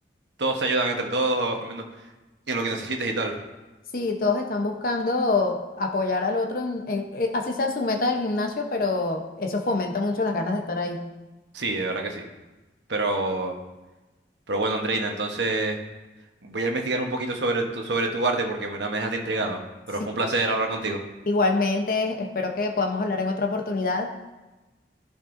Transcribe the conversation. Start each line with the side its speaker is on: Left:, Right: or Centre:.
Right: todos se ayudan entre todos, al menos en lo que necesites y tal.
Left: Sí, todos están buscando apoyar al otro, en- en- eh, así sea en su meta del gimnasio, pero eso fomenta mucho las ganas de estar ahí.
Right: Sí, de verdad que sí. Pero, pero bueno, Andreina, entonces... Voy a investigar un poquito sobre tu, sobre tu arte porque en verdad me dejaste intrigado. Pero
Left: Sí.
Right: fue un placer hablar contigo.
Left: Igualmente, espero que podamos hablar en otra oportunidad.